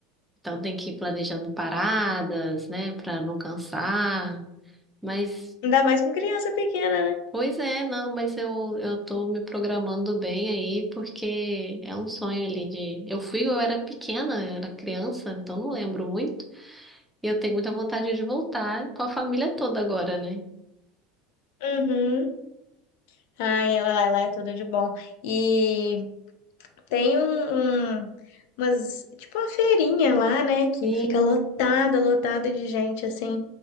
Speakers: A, in the centre; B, on the left.
A: Então tem que ir planejando paradas, né, pra não cansar. Mas,
B: Ainda mais com criança pequena, né?
A: pois é, não, mas eu, eu tô me programando bem aí porque é um sonho ali de, eu fui, eu era pequena, eu era criança, então não lembro muito. E eu tenho muita vontade de voltar com a família toda agora, né?
B: Uhum. Ai, lá, lá é tudo de bom. E Tem um, um- umas, tipo uma feirinha lá, né? Que
A: Sim,
B: fica lotada, lotada de gente, assim.